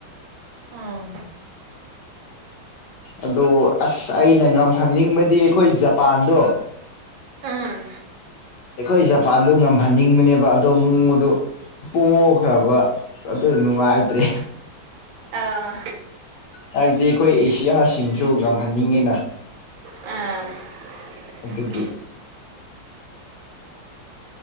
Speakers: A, on the right; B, on the left.
A: ꯑꯥ
B: ꯑꯗꯣ ꯑꯁ ꯑꯩꯅ ꯉꯝꯍꯟꯅꯤꯡꯕꯗꯤ ꯑꯩꯈꯣꯏ ꯖꯄꯥꯟꯗꯣ
A: ꯎꯝ
B: ꯑꯩꯈꯣꯏ ꯖꯄꯥꯟꯗꯣ ꯉꯝꯍꯟꯅꯤꯡꯕꯅꯦꯕ ꯑꯗꯣ ꯃꯗ ꯄꯣꯛꯈ꯭ꯔꯕ ꯑꯗꯨ ꯅꯨꯡꯉꯥꯏꯇ꯭ꯔꯦ
A: ꯑꯥ
B: ꯍꯥꯏꯕꯗꯤ ꯑꯩꯈꯣꯏ ꯑꯦꯁꯤꯌꯥꯁꯤꯡꯁꯨ ꯉꯝꯍꯟꯅꯤꯡꯉꯤꯅ
A: ꯑ
B: ꯑꯗꯨꯒꯤ